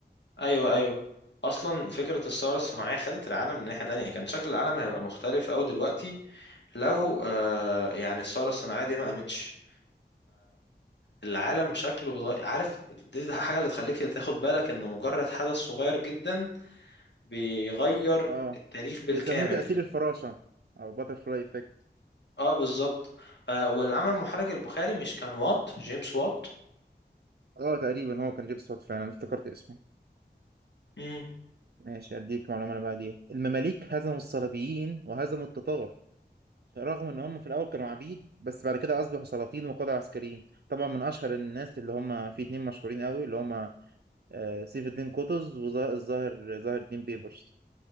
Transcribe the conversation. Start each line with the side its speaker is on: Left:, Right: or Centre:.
Left: ايوه ايوه اصلا فكره الثوره الصناعيه خدت العالم من ناحيه تانية كان شكل العالم هيبقى مختلف أوي دلوقتي لو آه يعني الثوره الصناعيه دي ما قامتش العالم شكله بتغير عارف دي الحاجة اللي تخليك تاخد بالك ان مجرد حدث صغير جدا بيغير
Right: اه
Left: التاريخ بالكامل
Right: بيسموه تأثير الفراشة أو باتر فلاي إفكت
Left: اه بالظبط آه والعمل المحرك البخاري مش كان وات جيمس وات
Right: اه تقريبا هو كان جيمس وات فعلا أنا افتكرت اسمه
Left: امم
Right: ماشي أديك معلومة اللي بعديها المماليك هزموا الصليبيين وهزموا التتار رغم إن هم في الأول كانوا عبيد بس بعد كده أصبحوا سلاطين وقادة عسكريين طبعا من أشهر الناس اللي هم في اتنين مشهورين قوي اللي هم آه، سيف الدين قطز والظاهر ظاهر الدين بيبرس